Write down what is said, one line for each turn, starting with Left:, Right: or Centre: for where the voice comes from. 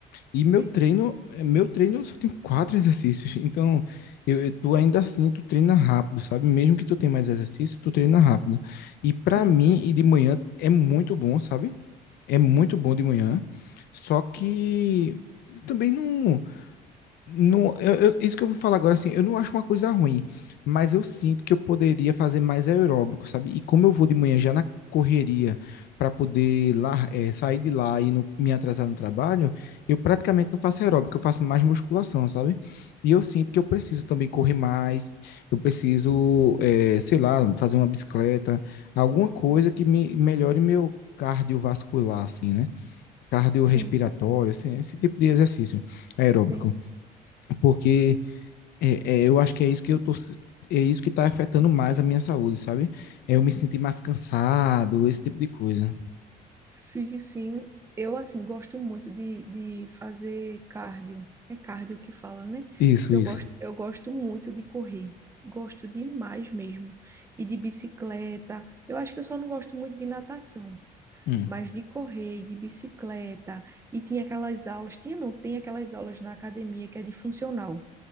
Left: e meu
Right: Sim,
Left: treino, eh, meu treino eu só tenho quatro <laughs> exercícios, então eu, eu- tu ainda assim, tu treina rápido, sabe? Mesmo que tu tenha mais exercício, tu treina rápido. E para
Right: sim,
Left: mim, e de manhã é muito bom, sabe? é muito bom de manhã, só que também não, não eu, eu- isso que eu vou falar agora assim, eu não acho uma coisa ruim, mas eu sinto que eu poderia fazer mais aeróbico, sabe? E como eu vou de manhã já na correria para poder lá, eh, sair de lá e não me atrasar no trabalho, eu praticamente não faço aeróbico, eu faço mais musculação, sabe? E eu sinto que eu preciso também correr mais, eu preciso, eh, sei lá, fazer uma bicicleta, alguma coisa que me melhore meu cardiovascular, assim, né? cardiorrespiratório,
Right: sim,
Left: assim, esse tipo de exercício aeróbico,
Right: sim.
Left: porque é, é, eu acho que é isso que eu tô é isso que está afetando mais a minha saúde, sabe? É eu me sentir mais cansado, esse tipo de coisa.
Right: Sim, sim. Eu, assim, gosto muito de, de fazer cardio. É cardio que fala, né?
Left: Isso,
Right: Que
Left: isso.
Right: eu gosto, eu gosto muito de correr. Gosto demais mesmo. E de bicicleta. Eu acho que eu só não gosto muito de natação.
Left: Hum,
Right: Mas de correr, e de bicicleta. E tinha aquelas aulas. Tinha, não, tem aquelas aulas na academia que é de funcional.